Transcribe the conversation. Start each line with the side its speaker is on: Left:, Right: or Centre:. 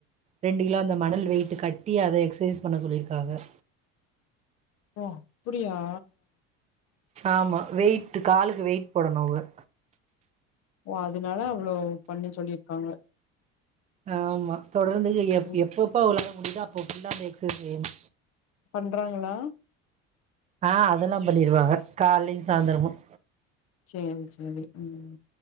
Right: ரெண்டு கிலோ அந்த மணல் வெயிட் கட்டி அத எக்ஸ்சைஸ் பண்ண சொல்லியிருக்காக
Left: ஓ அப்டியா
Right: ஆமா வெயிட் காலுக்கு வெயிட் போடனும் அவுக
Left: ஓ அதனால அவ்ளோ பண்ண சொல்லியிருக்காங்க
Right: ஆமா தொடர்ந்து எப்
Left: ம்
Right: எப்போப்போ அவளோ இந்தா அப் அப்போ தா எக்ஸஸைஸ்
Left: பண்றாங்களா
Right: ஆஹ் அதெல்லா பண்ணிருவாக காலையும் சாயந்தரமும்
Left: செரி செரி உம்